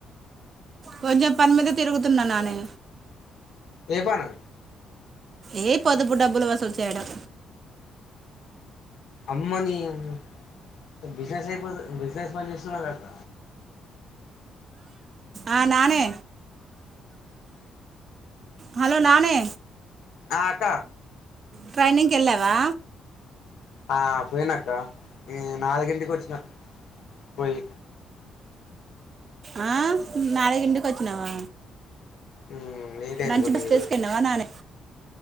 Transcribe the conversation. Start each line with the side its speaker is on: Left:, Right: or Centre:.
Right: కొంచెం పని మీద తిరుగుతున్నా. నాని
Left: ఏ పనో
Right: ఏ పొదుపు డబ్బులు వసూలు చేయడం.
Left: అమ్మనీ మొత్తం బిజెనేసయిపోత్ బిజినేస్ పన్జేస్తునవ్ గక్క
Right: ఆహ్ నాని హలో నాని
Left: ఆ అక్క
Right: ట్రైనింగ్కి వెళ్ళావా.
Left: ఆ పోయినాక్క ఈ నాలుగింటికి వచ్చిన. పోయి
Right: ఆ, నాలుగింటికి వచ్చినావా
Left: ఉహ్మ్ లేట్ అయింది.
Right: లంచ్
Left: కొద్దిగా
Right: బస్
Left: ఈరోజు
Right: తీసుకెళ్ళినావా నానే